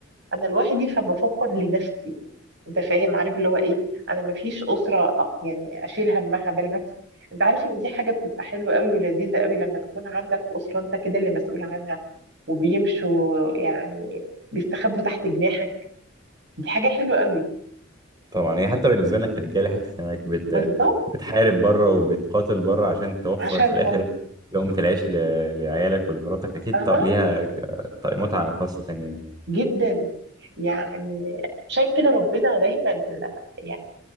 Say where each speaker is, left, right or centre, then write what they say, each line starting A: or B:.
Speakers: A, on the right (about 60°); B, on the right (about 20°).
A: انا لوحدي فبفكر لنفسي انت فاهم عارف اللي هو ايه انا مفيش اسره آه، يعني اشيل همها بالعكس انت عارف ان دي حاجه بتبقى حلوه قوي ولذيذه قوي لما تكون عندك اسره انت كده اللي مسؤول عنها وبيمشوا يعني بيستخبوا تحت جناحك دي حاجه حلوه قوي
B: طبعا هي حتى بالنسبة لنا كرجالة حتة انك بت
A: بالظبط
B: بتحارب بره وبتقاتل بره عشان توفر
A: عشانهم
B: في الاخر لقمة العيش ل... لعيالك ولمراتك اكيد
A: اها
B: ط- ليها ك- ط- متعة خاصة ثانية يعني
A: جدا يعني عشان كده ربنا دايما يعني